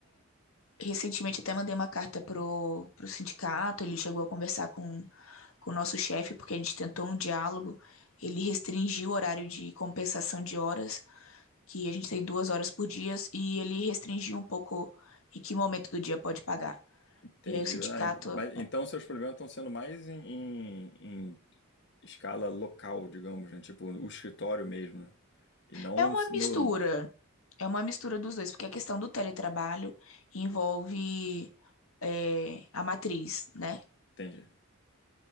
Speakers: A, on the left; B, on the left.
A: recentemente até mandei uma carta pro, pro sindicato, ele chegou a conversar com, com o nosso chefe, porque a gente tentou um diálogo. Ele restringiu o horário de compensação de horas, que a gente tem duas horas por dia, e ele restringiu um pouco em que momento do dia pode pagar.
B: Entendi.
A: E aí o sindicato
B: Ah, en- mas então seus problemas estão sendo mais em, em- em escala local, digamos, né? Tipo, o escritório mesmo, né? E não
A: É uma mistura.
B: no.
A: É uma mistura dos dois, porque a questão do teletrabalho envolve é, a matriz, né?
B: Entendi.